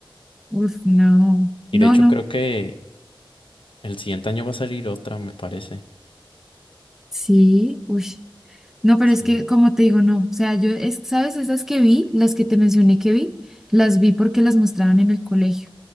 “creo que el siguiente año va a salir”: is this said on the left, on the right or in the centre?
Left